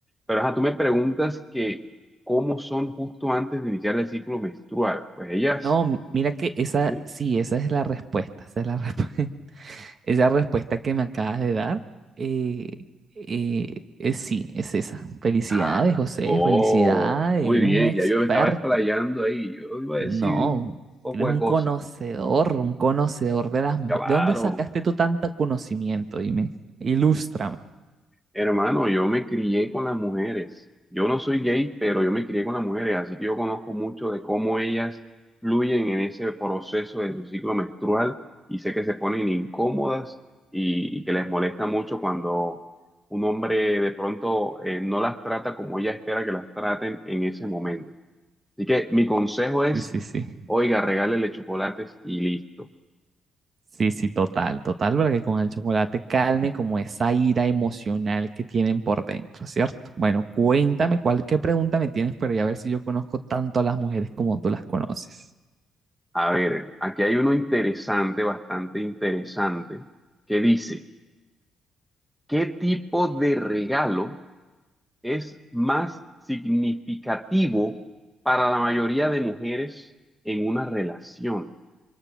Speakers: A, in the centre; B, on the right (about 45°).
A: Pero ajá, tú me preguntas que cómo son justo antes de iniciar el ciclo menstrual. Pues ellas...
B: No, mira que esa,
A: ¿sí?
B: sí, esa es la respuesta. Esa es la respu- <laughs> esa respuesta que me acabas de dar. eh, eh, es sí, es esa. Felicidades,
A: Ah,
B: José,
A: oh,
B: felicidades,
A: muy
B: eres
A: bien,
B: un experto.
A: ya yo me estaba explayando ahí, yo iba a
B: No,
A: decir un poco
B: eres un
A: de cosas.
B: conocedor, un conocedor de las mujeres.
A: Claro,
B: ¿De dónde sacaste tú tanto conocimiento? Dime, ilústrame.
A: hermano, yo me crié con las mujeres. Yo no soy gay, pero yo me crié con las mujeres, así que yo conozco mucho de cómo ellas fluyen en ese proceso de su ciclo menstrual y sé que se ponen incómodas y, y que les molesta mucho cuando un hombre de pronto eh, no las trata como ella espera que las traten en ese momento. Así que mi consejo es,
B: Sí, sí, sí.
A: oiga, regálele chocolates y listo.
B: Sí, sí, total, total, para que con el chocolate calme como esa ira emocional que tienen por dentro, ¿cierto? Bueno, cuéntame cuál, qué pregunta me tienes para a ver si yo conozco tanto a las mujeres como tú las conoces.
A: A ver, aquí hay uno interesante, bastante interesante, que dice, ¿qué tipo de regalo es más significativo para la mayoría de mujeres en una relación?